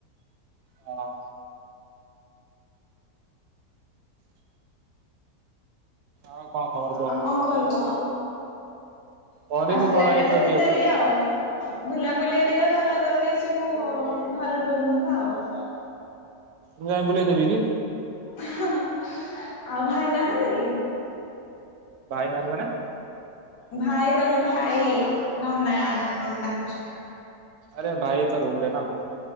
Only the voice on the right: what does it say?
ହଁ। ଆଉ କଣ ଖବର କୁହ
କରିବୁ
କଣ
ଏଇ ତ
ଡ୍ୟୁଟି
ମୁଁ ଯାଇ ବୁଲେଇ ଦେବି କି?
ଭାଇ ନାହାନ୍ତି ମାନେ?
ଆରେ ଭାଇ ତା ରୁମ ରେ ନା।